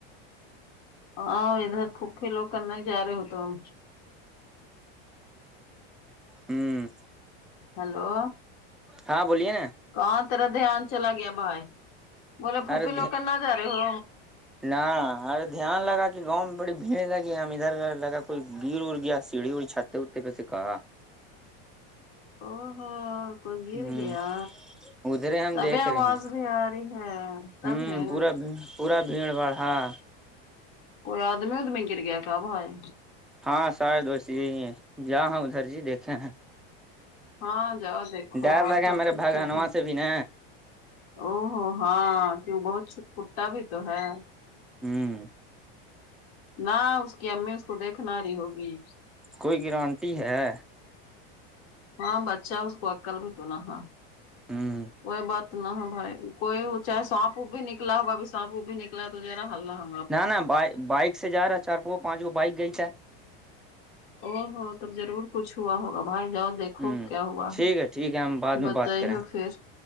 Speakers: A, on the left (about 55°); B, in the centre.
A: اں ادھر پھوپی لوگ کن نہیں جا رہے ہو تم
B: ہوں
A: ہلو
B: ہاں بولیے
A: کہاں تیرا دھیان چلا گیا بھائی بولے پھوپھی
B: ارے
A: لوگ کن نہ جا رہے ہو
B: نہ ارے دھیان لگا کہ گاؤں میں بڑی بھیڑ لگی ہم ادھر ادھر لگا کوئی گر ار گیا سیڑھی وڑھی چھت اتے آٹے پیسے کہاں
A: او ہو کوئی گر
B: ہ
A: گیا
B: ادھرے ہم
A: تبھی
B: دیکھ رہے
A: آواز
B: ہیں
A: بھی آ تی ہے تب
B: ہوں
A: نے
B: پورا پورا بھیڑ بھاڑ ہاں
A: کوئی آدمی وادمی گر گیا کیا بھائی
B: ہاں شاید ویسے ہی ہے جا ہاں ادھر جی دیکھے ہیں
A: ہاں جاؤ دیکھو
B: ڈر
A: اور
B: لگا
A: سب
B: میرے
A: ٹھیک
B: بھگانواں
A: ٹھاک ہیں
B: سے بھی نا
A: او ہو ہاں کے وہ بہت چوٹ پٹا بھی تو ہے
B: ہوں
A: نہ اس کی امی اس کو دیکھ نہ رہی ہوگی
B: کوئی گرانٹی ہے
A: ہاں بچہ اس کو عقل بھی تو نہ ہے
B: ہوں
A: کوئی بات نہ ہے بھائی کوئی چاہے سانپ اوپ بھی نکلا ہوگا بھی سانپ او بھی نکلا ہے تو ذرا ہللہ ہو
B: نہ نہ بائک سے جا رہا ہے چار کو پانچ گو بائک گئی تھا
A: او ہو تب ضرور کچھ ہوا ہوگا بھائی جان دیکھو
B: ہ
A: کیا ہوا
B: ٹھیک
A: ہے
B: ٹھیک ہے ہم بعد
A: بتائی
B: میں بات کریں
A: پھر